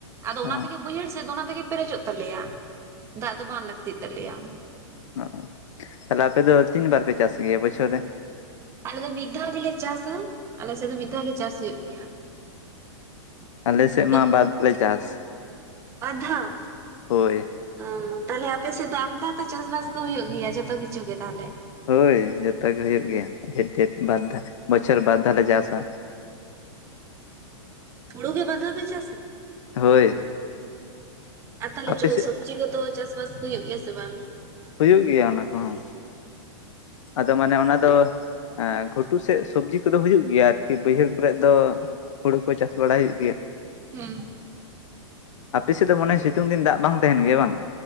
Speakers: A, on the right (about 15°); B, on the left (about 75°).
A: ᱟᱫᱚ
B: ᱚ
A: ᱚᱱᱟ ᱛᱮᱜᱮ ᱵᱟᱹᱭᱦᱟᱹᱲ ᱥᱮᱫ ᱫᱚ ᱚᱱᱟ ᱛᱮᱜᱮ ᱯᱮᱨᱮᱡᱚᱜ ᱛᱟᱞᱮᱭᱟ᱾ ᱫᱟᱜ ᱫᱚ ᱵᱟᱝ ᱞᱟᱹᱠᱛᱤ ᱛᱟᱞᱮᱭᱟ᱾
B: ᱚ ᱛᱟᱦᱚᱞᱮ ᱟᱯᱮ ᱫᱚ ᱛᱤᱱ ᱵᱟᱨ ᱯᱮ ᱪᱟᱥ ᱜᱮᱭᱟ ᱵᱚᱪᱷᱚᱨ ᱨᱮ?
A: ᱟᱞᱮ ᱫᱚ ᱢᱤᱫ ᱜᱮ ᱞᱮ ᱪᱟᱥᱟ, ᱟᱞᱮ ᱥᱮᱫ ᱫᱚ ᱢᱤᱫ ᱫᱷᱟᱣ ᱜᱮ ᱪᱟᱥ ᱦᱩᱭᱩᱜ ᱜᱮᱭᱟ᱾
B: ᱟᱞᱮ ᱥᱮᱫ
A: ᱟᱫᱚ
B: ᱢᱟ <unintelligible> ᱞᱮ ᱪᱟᱥ᱾
A: ᱵᱟᱨ ᱫᱷᱟᱣ?
B: ᱦᱳᱭ
A: <inaudible> ᱛᱟᱦᱚᱞᱮ ᱟᱯᱮ ᱥᱮᱫ ᱫᱚ ᱟᱢᱫᱟ ᱛᱚ ᱪᱟᱥ ᱵᱟᱥ ᱠᱚ ᱦᱚᱸ ᱦᱩᱭᱩᱜ ᱜᱮᱭᱟ, ᱡᱷᱚᱛᱚ ᱠᱤᱪᱷᱩ ᱜᱮ ᱛᱟᱦᱚᱞᱮ?
B: ᱦᱳᱭ ᱡᱚᱛᱚ ᱜᱮ ᱦᱩᱭᱩᱜ ᱜᱮᱭᱟ, ᱰᱷᱮᱨ ᱰᱷᱮᱨ ᱵᱟᱨ ᱫᱷᱟᱣ ᱵᱚᱪᱷᱚᱨ ᱵᱟᱨ ᱫᱷᱟᱣ ᱞᱮ ᱪᱟᱥᱟ᱾
A: ᱦᱩᱲᱩ ᱜᱮ ᱵᱟᱨ ᱫᱷᱟᱣ ᱯᱮ ᱪᱟᱥᱟ,
B: ᱦᱳᱭ
A: ᱟᱨ ᱛᱟᱦᱚᱞᱮ
B: ᱟᱯᱮ
A: <inaudible>
B: ᱥᱮᱫ
A: ᱥᱚᱵᱽᱡᱤ ᱠᱚᱫᱚ ᱪᱟᱥ ᱵᱟᱥ ᱠᱚ ᱦᱩᱭᱩᱜ ᱜᱮᱭᱟ ᱥᱮ ᱵᱟᱝ?
B: ᱦᱩᱭᱩᱜ ᱜᱮᱭᱟ ᱚᱱᱟ ᱠᱚᱦᱚᱸ᱾ ᱟᱫᱚ ᱢᱟᱱᱮ ᱚᱱᱟ ᱫᱚ ᱜᱷᱩᱴᱩ ᱥᱮᱫ ᱥᱚᱵᱽᱡᱤ ᱠᱚᱫᱚ ᱦᱩᱭᱩᱜ ᱜᱮᱭᱟ ᱟᱨᱠᱤ ᱵᱟᱹᱭᱦᱟᱹᱲ ᱠᱚᱨᱮᱫ ᱫᱚ ᱦᱩᱲᱩ ᱠᱚ ᱪᱟᱥ ᱵᱟᱲᱟᱭ ᱦᱩᱭᱩᱜ ᱜᱮᱭᱟ᱾
A: ᱦᱩᱸ
B: ᱟᱯᱮ ᱥᱮᱫ ᱫᱚ ᱢᱚᱱᱮ ᱦᱚᱭ ᱥᱤᱛᱩᱝ ᱫᱤᱱ ᱫᱟᱜ ᱵᱟᱝ ᱛᱟᱦᱮᱸᱱ ᱜᱮᱭᱟ ᱵᱟᱝ?